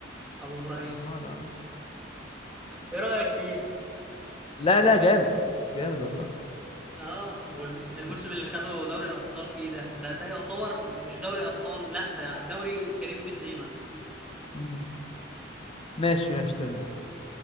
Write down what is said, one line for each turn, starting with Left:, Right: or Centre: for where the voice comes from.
Centre: ابو ابراهيم
Left: طب نيمار اه
Centre: ايه رأيك فيه
Left: لا لا جامد جامد والله
Centre: اه والموسم
Left: جامد.
Centre: اللي خده دوري الابطال فيه ده ده ده يعتبر مش دوري ابطال لا ده دوري كريم بنزيما
Left: مم. ماشي ماشي تمام